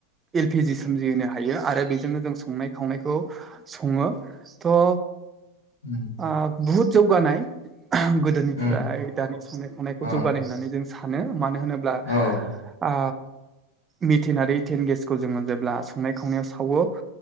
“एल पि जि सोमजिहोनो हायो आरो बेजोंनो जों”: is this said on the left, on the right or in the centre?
Right